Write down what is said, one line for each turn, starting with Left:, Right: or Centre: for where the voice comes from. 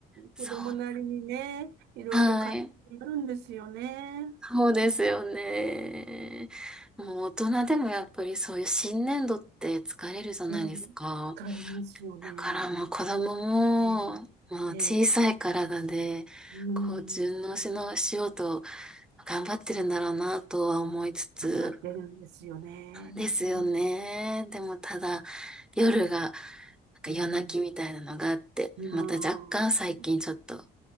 Centre: そう。
Right: 子供なりにね、いろいろ葛藤になるんですよね。
Centre: はい。そうですよね。
Right: うん、
Centre: もう大人でもやっぱりそういう新年度って疲れるじゃないですか。
Right: ええ、疲れますよね。
Centre: だからもう子供も、
Right: ええ、
Centre: もう小さい体で、
Right: ええ、うん、
Centre: こう順応しの、しようと頑張ってるんだろうなとは思いつつ、
Right: 頑張ってるんですよね。
Centre: ですよね。
Right: う
Centre: でもただ、夜が、なんか夜泣きみたいなのがあって、
Right: ん、うん、
Centre: また若干最近ちょっと